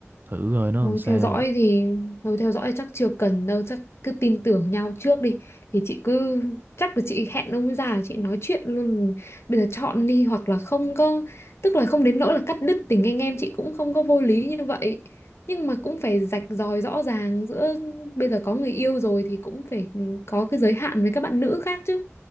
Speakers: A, on the right; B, on the left.
A: thử rồi nó
B: Thôi
A: làm sao
B: theo dõi thì thôi theo dõi chắc chưa cần đâu chắc cứ tin tưởng nhau trước đi thì chị cứ chắc là chị hẹn ông ấy ra chị nói chuyện luôn bây giờ chọn đi hoặc là không có tức là không đến nỗi là cắt đứt tình anh em chị cũng không có vô lý như vậy nhưng mà cũng phải rạch ròi rõ ràng giữa bây giờ có người yêu rồi thì cũng phải có cái giới hạn với các bạn nữ khác chứ